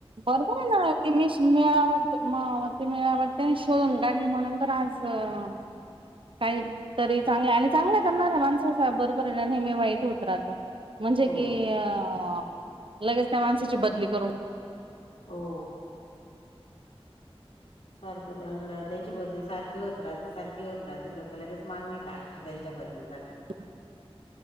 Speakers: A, on the right; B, on the left.
A: बरोबर आहे ना ते मी मवत म ते मला आ वाटते आणि शोून काढली म्हणून तर आज काही तरी चांगल्या आणि चांगल्या करणार आहे माणसाब बरोबर आहे ना नेहमी वाईट होत राहत म्हणजे
B: हो
A: की अ लगेच त्या माणसाची बदली करून
B: हो सारखं त्यां त्यांच्या बदली सारखी होत राहते सारखी होत राहते लोक लगेच मागणी टाकत त्यांच्या बलीसाठी
A: ह